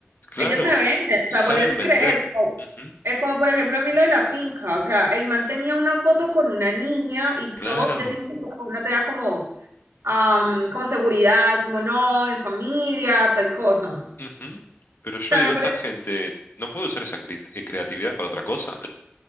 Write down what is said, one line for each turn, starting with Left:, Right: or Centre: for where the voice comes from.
Left: claro,
Right: Ellos se venden.
Left: saben
Right: O sea, vos les
Left: vender,
Right: crees. O-
Left: Ujú,
Right: Es como, por ejemplo, a mí lo de la finca. O sea, el man tenía una foto con una niña y todo.
Left: claro,
Right: Decimos, que no te da como am, como seguridad, como no, en familia, tal cosa. O
Left: ujú. Pero yo
Right: sea,
Left: digo,
Right: me parece,
Left: esta gente no puede usar esa cri- eh, creatividad para otra cosa.